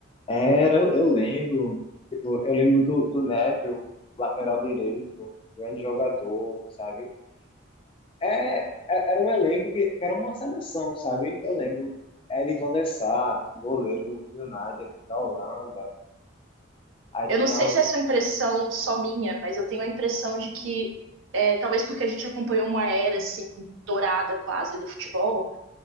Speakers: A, on the left; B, on the right.
A: era, eu, eu lembro, tipo, eu lembro do, do Neville, lateral direito, grande jogador, sabe? É, é- era um elenco que, que era uma seleção, sabe? Eu lembro, era Van der Sar, goleiro do United, da Holanda. Aí
B: Eu
A: tinha
B: não sei
A: outro,
B: se essa é uma impressão só minha, mas eu tenho a impressão de que, é, talvez porque a gente acompanhou uma era, assim, dourada quase do futebol,